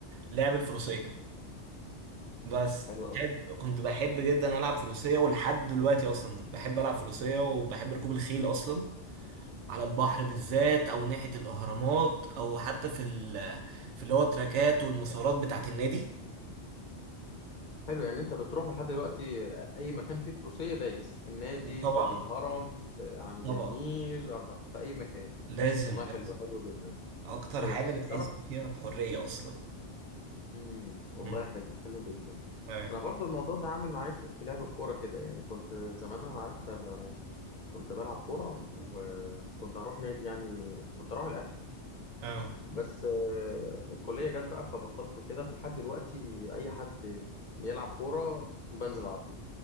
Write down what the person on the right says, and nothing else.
لعب الفروسية بس
بحب
كنت بحب جدا العب فروسية ولحد دلوقتي اصلا بحب العب فروسية وبحب ركوب الخيل اصلا على البحر بالذات او ناحية الاهرامات او حتى في ال في اللي هو التراكات والمسارات بتاعة النادي
طبعا
طبعا
لازم
لازم
اكتر
حاجة
بتحس
فيها بحرية اصلا
امم
تمام
اه